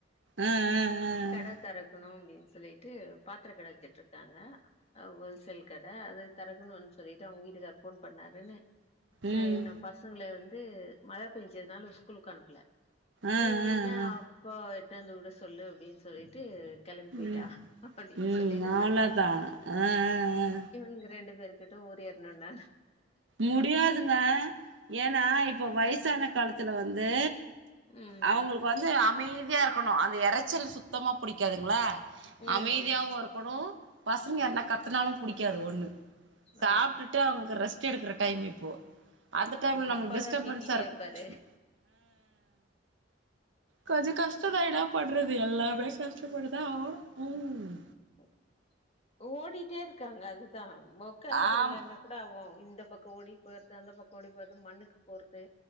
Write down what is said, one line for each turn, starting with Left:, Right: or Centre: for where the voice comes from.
Right: ஆ ஆ ஆ
Left: கட தெறக்கணு அப்டின்னு சொல்லிட்டு பாத்தர கட வச்சுட்டுருக்காங்க அ ஹோல்ஸேல் க ஆ அது தெறக்கணுன் சொலிட்டு அவுங்க வீட்டுக்கா ஃபோன் பண்ணாருன்னு சே
Right: ம்
Left: நா பசங்ள வந் து மழ பேஞ்சனால ஸ்கூலுக்கு அனுப்ல
Right: ஆ
Left: ஈவினிங்க
Right: ஆ ஆ
Left: அப்போ டந்து உட சொல்லு அப்டீன் சொல்லிட்டு கெளம் போயிட்டா
Right: ம்
Left: அப்படீன்
Right: ம்
Left: சொல்லி நின்னாங்க
Right: அவ்ளோதா
Left: அம்மா
Right: ஆ ஆ ஆ
Left: இங்க ரெண்டு பேருக் துட்ட ஓரியாட்னுன்டா
Right: முடியாதுங்க ஏனா இப்ப வய்சான காலத்து ல வந்து
Left: ம்
Right: அவங்களுக்கு வந்து அமை தியா இருக்கணு அந்த எரச்சல் சுத்தமா புடிக்காது ங்ளா
Left: ம்
Right: அமைதியாவுருக்கணு பசங்க என்ன கத்துனாலும் புடிக்காது ஒண்ணு சாப்ட்டுட்டு
Left: ஆ
Right: அவங்க ரெஸ்ட் எடுக்கிற டைம் இப்போ அந்த டைம்ல
Left: ஆமா
Right: நமக்கு
Left: அப்பாதான்
Right: டிஸ்டர்பன்ஸா
Left: திட்டிட்டேப்பாரு
Right: இருக்கு கொஞ்சம் கஷ்டதா இன்னா பண்றது எல்லாம் <unintelligible> <inaudible> ம்
Left: ஓ ஓடிட்டே இருக்காங்க அதுதான் உட்க்காந்துட்டு
Right: ஆம்
Left: விளையான் கூட <unintelligible> இந்த பக்கம் ஓடி போயறது அந்த பக்கம் ஓடி போறது மண்ணுக்கு போறது